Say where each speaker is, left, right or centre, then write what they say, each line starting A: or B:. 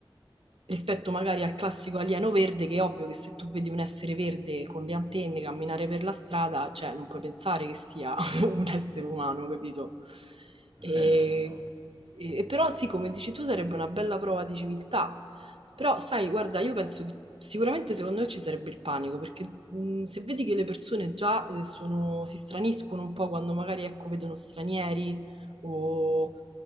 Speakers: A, on the right; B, on the right.
A: rispetto magari al classico alieno verde, che è ovvio che se tu vedi un essere verde con le antenne camminare per la strada, cioè non puoi pensare che sia <laughs> un essere umano, capito? E,
B: Eh, no, no, no.
A: e- però sì, come dici tu, sarebbe una bella prova di civiltà. Però sai, guarda, io penso che sicuramente secondo me ci sarebbe il panico, perché mh, se vedi che le persone già eh, sono- si straniscono un po' quando magari, ecco, vedono stranieri o